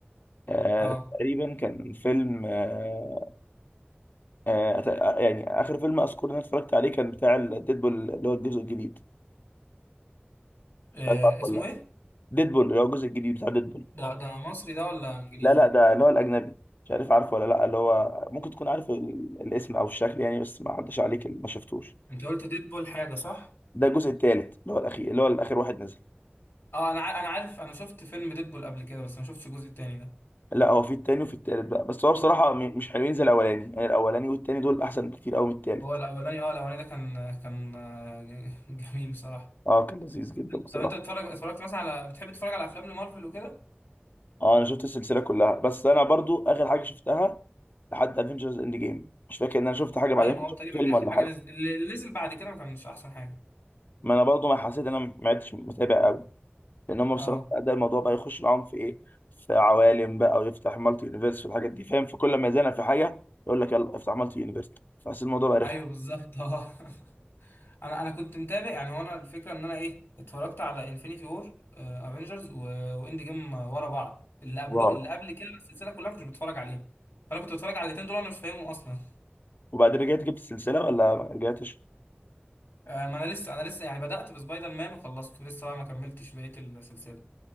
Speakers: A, on the left (about 50°); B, on the left (about 80°).
A: آه
B: اه
A: تقريبا كان فيلم آه آه أت- آه، يعني آخر فيلم أذكر إن أنا اتفرجت عليه كان بتاع ديدبول اللي هو الجزء الجديد
B: إيه
A: مش عارف عارفه ولا
B: اسمه
A: لأ
B: ايه
A: ديدبول اللي هو الجزء الجديد بتاع ديدبول
B: ده ده مصري ده ولا انجليزي
A: لا لا ده اللي هو الأجنبي مش عارف عارفه ولا لأ اللي هو ممكن تكون عارف ال- الاسم أو الشكل يعني بس ما عداش عليك ما شفتوش
B: انت قلت ديدبول حاجه صح
A: ده الجزء التالت اللي هو الأخير اللي هو الآخر واحد نزل
B: اه انا ع- انا عارف انا شفت فيلم ديدبول قبل كده بس ما شفتش الجزء التاني ده
A: لا هو في التاني وفي التالت بقى بس هو بصراحة م- مش حلوين زي الأولاني يعني الأولاني والتاني دول أحسن بكتير أوي من التالت
B: هو الاولاني اه الاولاني ده كان كان آه، ج- <laughs> جميل بصراحه
A: اه كان لذيذ جدا بصراحة
B: طب انت بتتفرج اتفرجت مثلا على بتحب تتفرج على افلام لمارفل وكده
A: اه انا شفت السلسله كلها بس انا برضو اخر حاجه شفتها لحد افنجرز اند جيم مش فاكر ان انا شفت حاجه بعدين
B: ايوه
A: كنت
B: ما هو
A: شفت
B: تقريبا
A: فيلم
B: دي اخر
A: ولا
B: حاجه
A: حاجه
B: نزلت اللي اللي نزل بعد كده ما كانش احسن حاجه
A: ما انا برضو ما حسيت ان انا ما عدتش متابع قوي لان هم بصراحه
B: اه
A: ده الموضوع بقى يخش معاهم في ايه في عوالم بقى ويفتح مالتي يونيفرس في الحاجات دي فاهم فكل ما يزنق في حاجه يقول لك يلا افتح مالتي يونيفرس فحسيت الموضوع بقى رخم
B: ايوه بالظبط اه <laughs> انا انا كنت متابع يعني وانا الفكره ان انا ايه اتفرجت على انفينيتي وور افنجرز واند جيم ورا بعض اللي قبله
A: واو
B: اللي قبل كده السلسله كلها ما كنتش بتفرج عليها فانا كنت بتفرج على الاثنين دول انا مش فاهمهم اصلا
A: وبعدين رجعت جبت السلسله ولا ما رجعتش
B: آه، ما انا لسه انا لسه يعني بدات بسبايدر مان وخلصته لسه بقى ما كملتش بقيه السلسله